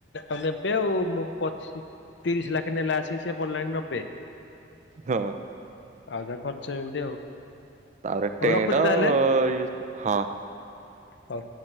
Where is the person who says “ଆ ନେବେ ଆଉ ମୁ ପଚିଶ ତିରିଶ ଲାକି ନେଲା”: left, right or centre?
Left